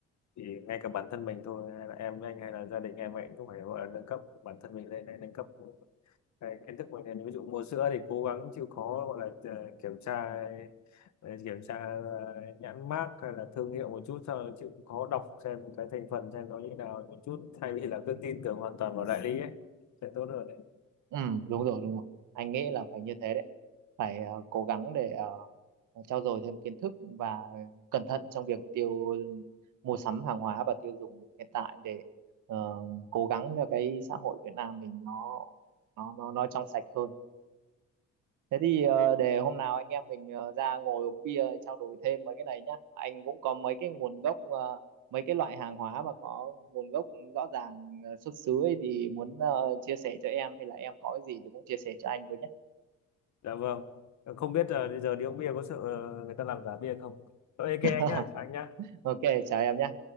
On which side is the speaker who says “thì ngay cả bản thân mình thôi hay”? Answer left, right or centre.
Left